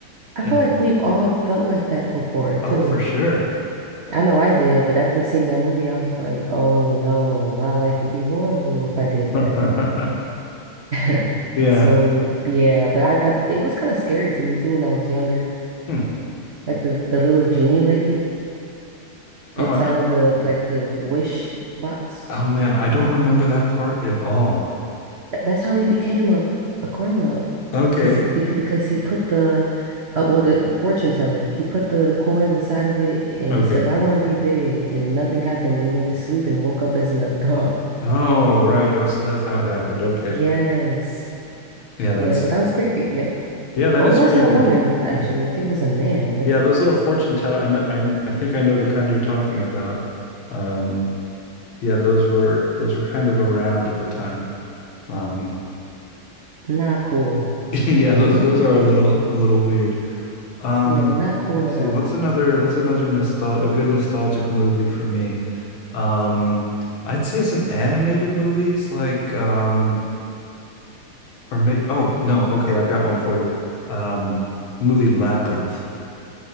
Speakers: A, on the right; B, on the left.
A: I
B: And
A: feel like we've all felt like that before too.
B: Oh, for sure.
A: I know I did, but after seeing that movie, I was like, oh no, my life would be horrible if I did that.
B: <laughs>
A: <laughs>
B: Yeah.
A: So yeah, but I, I it was kind of scary to me too when I was younger.
B: Hmm.
A: Like the the little genie lady
B: Oh,
A: inside
B: I-
A: of the like the wish box.
B: oh man, I don't remember that part at all.
A: That, that's how he became a, a grown up,
B: Okay.
A: because he because, because he put the uh, well the fortune teller he put the coin inside of it and
B: Okay.
A: said I want to be big, and then nothing happened, and he went to sleep and woke up as an <laughs> adult.
B: Oh, right. Oh, so that's how it happened. Okay.
A: Yes,
B: Yeah, that's
A: yeah. So that was creepy. Yep.
B: yeah, that
A: Oh,
B: is
A: it wasn't
B: creepy.
A: a woman actually.
B: Yeah,
A: I think it was a man. That's
B: Yeah, those little fortune teller. I know. I I think I know the kind you're talking about. Um, yeah, those were those were kind of around at the time. Um,
A: not cool.
B: <laughs> yeah, those
A: <laughs>
B: those are a little a little weird. Um,
A: Yeah, not cool
B: let's
A: at
B: see.
A: all.
B: What's another what's another nostal a good nostalgic movie for me? Um, I'd say some animated movies like um or may oh no, okay, I've got one for you. Um, movie Labyrinth.